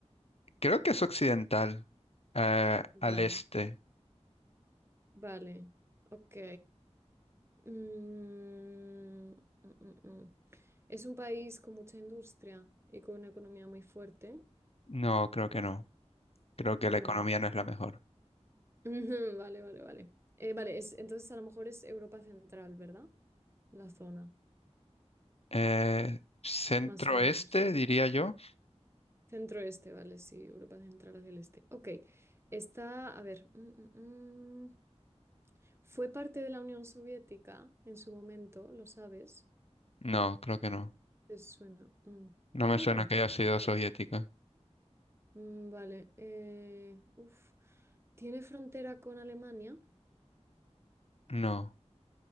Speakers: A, on the left; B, on the right.
A: creo que es occidental. eh,
B: Vale,
A: al este.
B: vale, ok. Mm, mm, mm, mm. Es un país con mucha industria y con una economía muy fuerte.
A: No, creo que no. Creo que
B: Vale.
A: la economía no es la mejor.
B: <laughs> Ujú, Vale, vale, vale. Eh, vale, es, entonces a lo mejor es Europa Central, ¿verdad? La zona,
A: Eh, centro-este,
B: más o menos.
A: diría yo.
B: Centro-este, vale, sí, Europa Central hacia el este. Ok, está, a ver, mm, mm, mm. Fue parte de la Unión Soviética en su momento, ¿lo sabes?
A: No, creo que no.
B: ¿Te suena? Mm.
A: No me
B: Mm,
A: suena que haya sido
B: ok.
A: soviética.
B: Mm, Vale. eh, uf. ¿Tiene frontera con Alemania?
A: No.